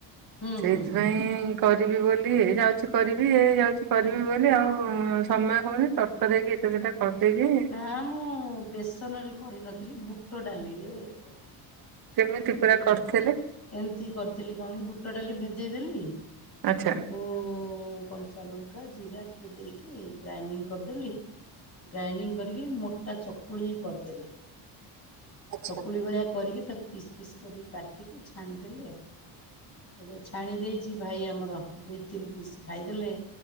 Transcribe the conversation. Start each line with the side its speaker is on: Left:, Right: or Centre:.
Left: ହୁଁ
Right: ସେଇଥିପାଇଁ
Left: ହୁଁ
Right: କରିବି ବୋଲି ଏ ଯାଉଚି କରିବି ଏଇ ଯାଉଚି କରିବି ବୋଲି ଆଉ ସମୟ ହଉନି ତର୍ ତର୍ ହେଇକି ଏଟା ସେଟା କରିଦେବି
Left: ନା ମୁଁ ବେସନ ରେ କରିନଥିଲି ବୁଟ ଡାଲି ରେ କରିଥିଲି।
Right: କେମିତି ପୁରା
Left: ମୁଁ
Right: କରିଥିଲେ
Left: ଏମିତି କରିଥିଲି କଣ ବୁଟ ଡାଲି ଭେଦେଇଦେଲି
Right: ଆଚ୍ଛା।
Left: ତାକୁ କଞ୍ଚା ଲଙ୍କା ଜିରା ଟିକେ ଦେଇକି ଗ୍ରାଇଣ୍ଡିଙ୍ଗ କରିଦେଲି। ଗ୍ରାଇଣ୍ଡିଙ୍ଗ କରିକି ମୋଟା ଚକୁଳି କରିଦେଲି।
Right: ଆଚ୍ଛା
Left: ଚକୁଳି ଭଳିଆ କରିକି ତାକୁ ପିସ୍ ପିସ୍ କରିକି କାଟିକି ଛାଣିଦେଲି ଆଉ। ଛାଣି ଦେଇଚି ଭାଇ ଆମର ଦୁଇ ତିନି ପିସ୍ ଖାଇଦେଲେ